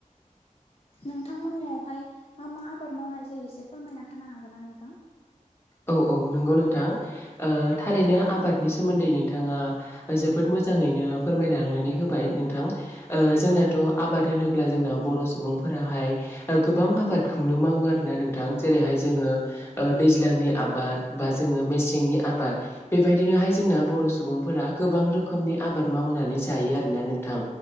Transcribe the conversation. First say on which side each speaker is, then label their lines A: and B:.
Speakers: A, on the left; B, on the left.
A: नोंथांमोननियावहाय मा मा आबाद मावनाय जायो एसे फोरमायना होनो हागोन ना नोंथां
B: औ औ नंगौ नोंथां ओ थारैनो आबादनि सोमोन्दै नोंथाङा जोबोद मोजाङैनो फोरमायलांनानै होबाय नोंथां ओ जोंनाथ' आबाद होनोब्ला जोंनाव बर' सुबुंफोराहाय ओ गोबां आबादखौनो मावो आरोना नोंथां जेरैहाय जोङो ओ दैज्लांनि आबाद बा जोङो मेसेंनि आबाद बेबायदिनोहाय जोंना बर' सुबुंफोरा गोबां रोखोमनि आबाद मावनानै जायो आरोना नोंथां।